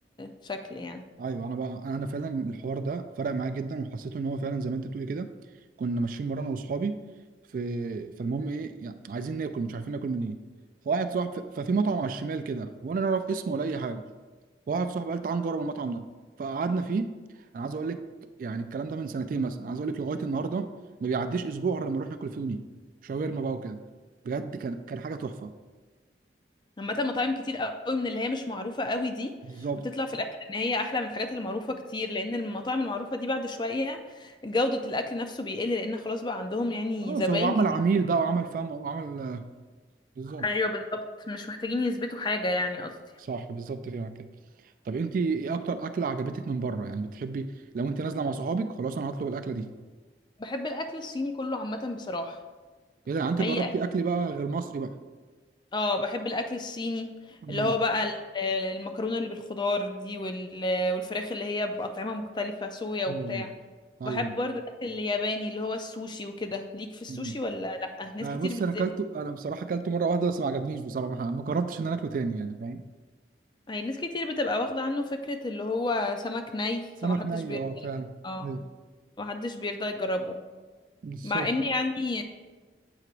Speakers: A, on the left; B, on the right.
A: الشكل يعني
B: ايوه انا بقى انا فعلا الحوار ده فرق معايا جدا وحسيت ان هو فعلا زي ما انت بتقولي كده كنا ماشيين مره انا واصحابي في فالمهم ايه يعني عايزين ناكل مش عارفين ناكل منين فواحد صاحب ففي مطعم على الشمال كده وانا لا اعرف اسمه ولا اي حاجه فواحد صاحبي قال تعال نجرب المطعم ده فقعدنا فيه انا عايز اقول لك يعني الكلام ده من سنتين مثلا عايز اقول لك لغايه النهارده ما بيعديش اسبوع غير لما نروح ناكل فيه ونيجي شاورما بقى وكده بجد كان كان حاجه تحفه
A: عامه مطاعم كتير قوي من اللي هي مش معروفه قوي دي
B: بالظبط
A: بتطلع في الاخر ان هي احلى من الحاجات المعروفه كتير لان المطاعم المعروفه دي بعد شويه جوده الاكل نفسه بيقل لان خلاص بقى عندهم يعني
B: خلاص
A: زباين
B: هو عمل
A: كتير
B: عميل بقى وعمل فم وعمل بالظبط
A: ايوه بالظبط مش محتاجين يثبتوا حاجه يعني قصدي
B: صح بالظبط فعلا كده طب انت ايه اكتر اكله عجبتك من بره يعني بتحبي لو انت نازله مع صحابك خلاص انا هطلب الاكله دي
A: بحب الاكل الصيني كله عامه بصراحه
B: ايه ده انت
A: اي
B: جربتي اكل بقى غير مصري بقى
A: اه بحب الاكل الصيني
B: مم.
A: اللي هو بقى ال- ال- المكرونه اللي بالخضار دي وال- والفراخ اللي هي باطعمه مختلفه صويا وبتاع
B: ايوه ايوه ايوه
A: وبحب برضو الاكل الياباني اللي هو السوشي وكده ليك في السوشي
B: مم.
A: ولا لا ناس
B: آه
A: كتير
B: بص
A: بت...
B: انا اكلته انا بصراحه اكلته مره واحده بس ما عجبنيش بصراحه ما جربتش ان انا اكله تاني يعني فاهم
A: هي ناس كتير بتبقى واخده عنه فكره اللي هو سمك ني
B: سمك
A: فمحدش
B: ني
A: بيرضى
B: اه فعلا
A: اه
B: ايوه
A: محدش بيرضى يجربه
B: بالظبط
A: مع ان يعني